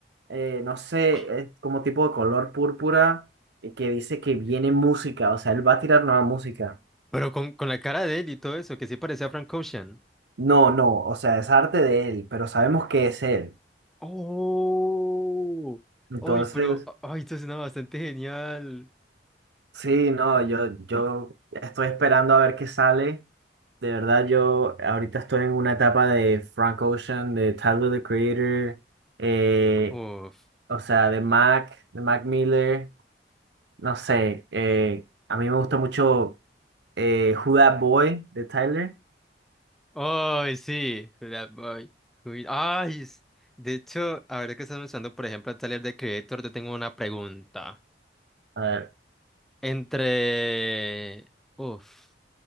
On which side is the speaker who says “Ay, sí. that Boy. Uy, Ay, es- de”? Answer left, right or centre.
Centre